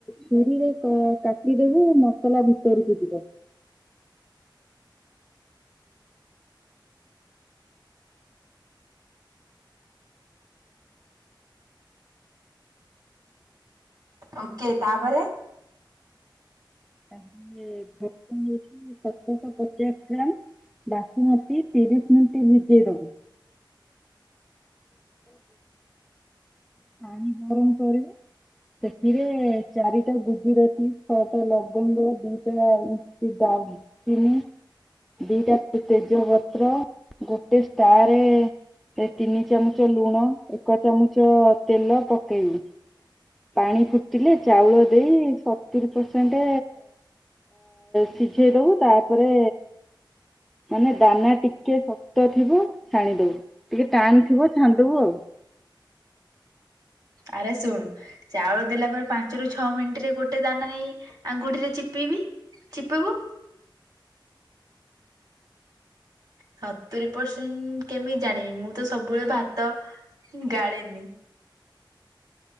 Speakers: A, in the centre; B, on the right.
A: ଛୁରୀରେ କାଟିଦବୁ ମସଲା ଭିତରକୁ ଯିବ।
B: ଓକେ ତାପରେ
A: <inaudible> ସତରଶହ ପଚାଶ ଗ୍ରାମ ବାସୁମତି ତିରିଶ ମିନିଟ ଭିଜେଇ ଦବୁ ପାଣି ଗର କରିବ ସେଥିରେ ଚାରିଟା ଗୁଜୁରାତି ଛଅଟା ଲ ଙ୍ଗ ଦିଟା ଡାଲଚିନି ଦିଟା ତେଜପତ୍ର ଗୋଟେ ଷ୍ଟାରେ ତିନି ଚାମଚ ଲୁଣ ଏକ ଚାମଚ ତେଲ ପକେଇବି ପାଣି ଫୁଟିଲେ ଚାଉଳ ଦେଇ ସତୁରିୀ ପରସେଣ୍ଟ ସିଝେଇ ଦବୁ ତାପରେ ମାନେ ଦାନା ଟିକେ ଶକ୍ତ ଥିବ ଛାଣିଦବୁ ଟିକେ ଟଣ ଥିବ ଛାନ୍ଦିବୁ ଆଉ
B: ଆରେ ଶୁଣୁ ଚାଉଳ ଦେଲା ପରେ ପାଞ୍ଚ ରରୁ ଛଅ ମିନିଟ ରେ ଗୋଟେ ଦାନା ନେଇ ଆଙ୍ଗୁଠିରେ ଚିପିବି ଚିପିବୁ ସତୁରି ପରସେଣ୍ଟ କେମିତି ଜାଣିବି ମୁଁ ତ ସବୁବେଳେ ଭାତ ଗାଳେନି